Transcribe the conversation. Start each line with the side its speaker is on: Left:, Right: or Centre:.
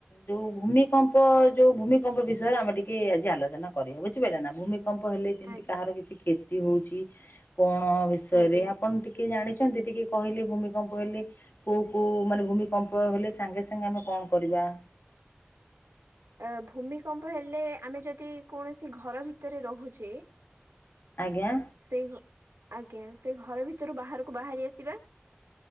Left: ଯୋଉ ଭୂମିକମ୍ପ ଯୋଉ ଭୂମିକମ୍ପ ବିଷୟରେ ଆମେ ଟିକେ ଆଜି ଆଲୋଚନା କରିବା ବୁଝିପାଇଲେନା ଭୂମି କମ୍ପ ହେଲେ ଯେମିତି
Right: ଆଜ୍ଞା
Left: କାହାର କିଛି ହଉଚି କଣ ବିଷୟରେ
Right: ଆଜ୍ଞା।
Left: ଆପଣ ଟିକିଏ ଜାଣି ଚନ୍ତି ଟିକେ କଇଲେ ଭୂମିକମ୍ପ ହେଲେ କୋଉ କୋଉ ମାନେ ଭୂମକମ୍ପ ହେଲେ ସାଙ୍ଗେ ସାଙ୍ଗେ ଆମେ କଣ କରିବା? ବା।
Right: ଅ ଭୂମିକମ୍ପହେଲେ ଆମେ ଯଦି କୌଣସି ଘରଭିତରେ ରହୁଛେ।
Left: ଆଜ୍ଞା
Right: ସେଇ ଘ ଆଜ୍ଞା ସେଇ ଘର ଭିତରୁ ବାହାରକୁ ବାହାରି ଆସିବା।